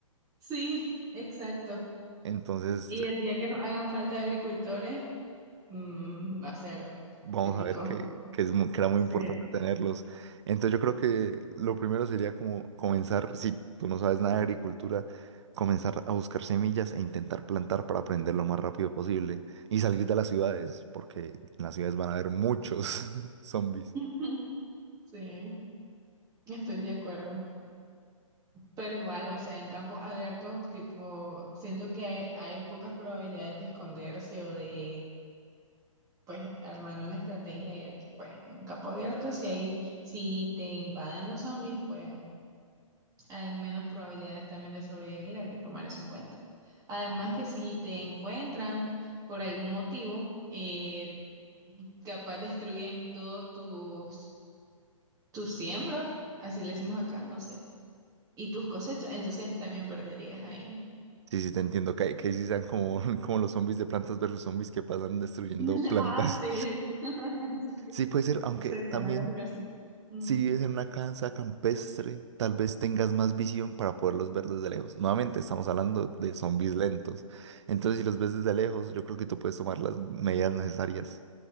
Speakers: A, on the right (about 20°); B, on the right (about 55°).
A: Sí, exacto.
B: Entonces,
A: Y el día que nos hagan falta agricultores, mm, va a ser
B: vamos
A: crítico.
B: a ver que, que, es muy- que era muy
A: Sí.
B: importante tenerlos. Entonces yo creo que lo primero sería como comenzar, si tú no sabes nada de agricultura, comenzar a buscar semillas e intentar plantar para aprender lo más rápido posible y salir de las ciudades, porque en las ciudades van a haber muchos <laughs> zombies.
A: <laughs> Sí, estoy de acuerdo. Pero igual, o sea, en campos abiertos, tipo, siento que hay, pocas probabilidades de esconderse o de, pues, armar una estrategia. Y aquí, pues, en un campo abierto, si ahí, si te invaden los zombies, pues, hay menos probabilidades también de sobrevivir, hay que tomar eso en cuenta. Además que si te encuentran por algún motivo, eh, capaz destruyen todos tus, tus siembras, así le decimos acá, no sé, y tus cosechas, entonces también perderías ahí.
B: Sí, sí, te entiendo, que, que sí sean como, <laughs> como los zombies de plantas versus zombies que pasan destruyendo
A: <laughs>
B: plantas.
A: Ah, sí. <laughs>
B: Sí, puede ser, aunque
A: Se comen
B: también
A: los girasoles. Mm.
B: Si vives en una casa campestre, tal vez tengas más visión para poderlos ver desde lejos. Nuevamente, estamos hablando de zombies lentos. Entonces, si los ves desde lejos, yo creo que tú puedes tomar las medidas necesarias